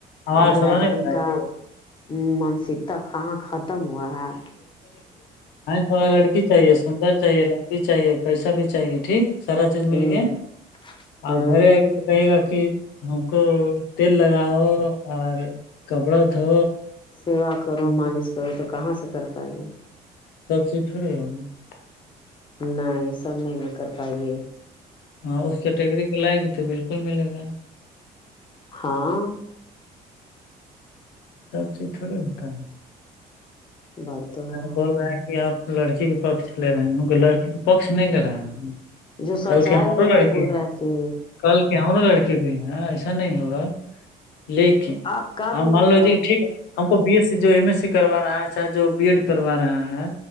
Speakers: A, on the left; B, on the left.
A: ہمارا
B: ارے
A: سالہ
B: آدمی
A: نہیں بنائے
B: کا
A: گی
B: ہ مانسکتا کہاں ختم ہوا ہے
A: تھا لڑکی چاہیے سندر چاہیے لمبی چاہیے پیسہ بھی چاہیے ٹھیک سارا چیز
B: ہوں
A: مل گیا آ
B: ہاں
A: گری آگ ت کئی کااکی ہم کو تل لگاؤ اور کپڑا دو
B: سیوا کرو مالش کرو تو کہاں سے کر پائے گی
A: سب چیز تھوڑی ہوگی <unintelligible>
B: نہیں سب نہیں نہیں کر پائیے
A: ہاں اس کیٹیگری کو لائے گی تو بالکل ملے گا
B: ہاں
A: س چیز تھوڑی ہوتار <unintelligible>
B: بات تو ہے
A: بول رہا ہے کہ آپ لڑکی کے پکھ لے رہے ہیں کیک لڑکی کا پکھ نہیں لے رہے
B: جو سچائی
A: کل کے ہمارو
B: ہے وہ
A: لڑکی
B: بول رہا
A: ہے
B: کہ
A: کل کے ہمارو لڑکے بھی ہے ایسا نہیں ہوگا لیکن
B: آپ کا
A: ہم
B: بھی
A: مان
B: ہوگا
A: لوجیے کہ ٹھیک ہے ہم کو بی ایس سی جو ایم ایس سی کروا رہا ہے چاہے جو بی ایڈ کروا رہا ہے